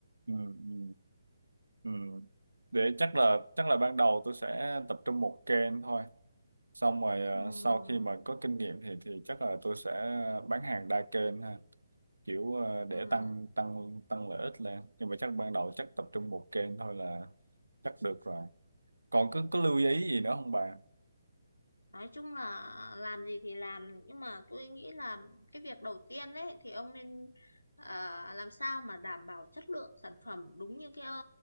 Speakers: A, on the right (about 85°); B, on the left (about 85°).
A: ừ, ừ. Ừ. Để chắc là chắc là ban đầu tôi sẽ tập trung một kênh thôi. Xong rồi ờ,
B: Ừm,
A: sau khi mà có kinh nghiệm thì thì chắc là tôi sẽ bán hàng đa kênh ha, kiểu ờ, để
B: ừm.
A: tăng tăng tăng lợi ích lên. Nhưng mà chắc ban đầu chắc tập trung một kênh thôi là chắc được rồi. Còn có có lưu ý gì nữa không bà?
B: nói chung là làm gì thì làm nhưng mà tôi nghĩ là cái việc đầu tiên đấy thì ông nên à, làm sao mà đảm bảo chất lượng sản phẩm đúng như cái ờ,